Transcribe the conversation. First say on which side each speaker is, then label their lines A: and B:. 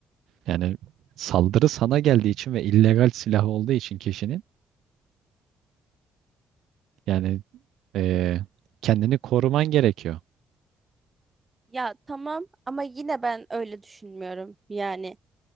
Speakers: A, on the right; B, on the right.
A: Yani saldırı sana geldiği için ve illegal silah olduğu için kişinin yani eee, kendini koruman gerekiyor.
B: ya tamam ama yine ben öyle düşünmüyorum yani